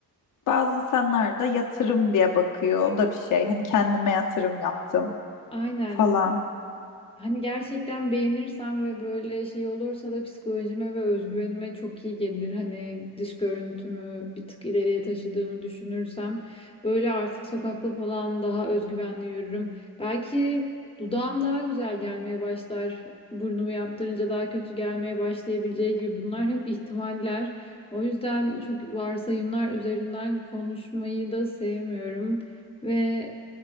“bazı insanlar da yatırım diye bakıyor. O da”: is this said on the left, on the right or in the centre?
Left